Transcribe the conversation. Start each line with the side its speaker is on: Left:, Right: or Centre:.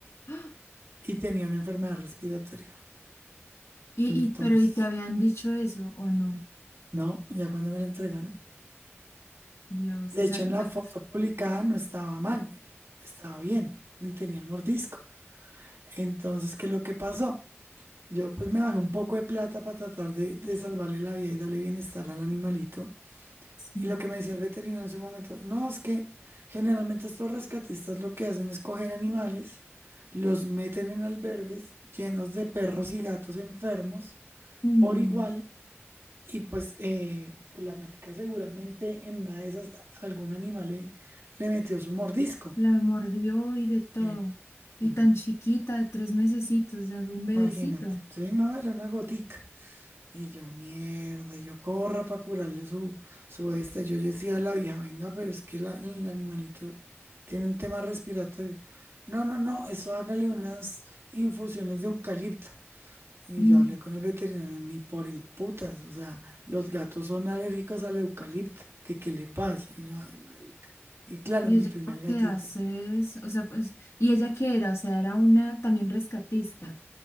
Left: ¡ah!
Right: y tenía una enfermedad respiratoria.
Left: y,
Right: Entonces...
Left: y- pero ¿y te habían dicho eso o no?
Right: No, ya cuando me la entregaron.
Left: Dios,
Right: De
Left: exacto.
Right: hecho, en la foto publicada no estaba mal, estaba bien, ni tenía el mordisco. Entonces, ¿qué es lo que pasó? Yo pues me bajé un poco de plata para tratar de, de salvarle la vida y darle bienestar al animalito.
Left: Sí.
Right: Y lo que me decía el veterinario en ese momento, no, es que generalmente estos rescatistas lo que hacen es coger animales, los meten en albergues llenos de perros y gatos enfermos
Left: Mm,
Right: por igual Y pues, eh, pues la gatica seguramente en una de esas algún animal le, le metió su mordisco.
Left: la mordió y de todo.
Right: Epa.
Left: Y
Right: Ujú.
Left: tan chiquita, de tres mesecitos, o sea, es un bebecito.
Right: Imagínate. Sí, no, era una gotica. Y yo, mierda, yo corra para curarle su, su este. Yo decía a la vieja, venga, pero es que la- el animalito tiene un tema respiratorio. No, no, no, eso hágale unas infusiones de eucalipto. Y
Left: Mm.
Right: yo hablé con el veterinario, ni por el putas, o sea, los gatos son alérgicos al eucalipto, que qué le pasa? Y yo, ay, marica. Y claro,
Left: Y
Right: mi
Left: ella,
Right: primer
Left: ¿por
Right: gatito.
Left: qué haces? O sea, pues, ¿y ella qué era? O sea, ¿era una también rescatista?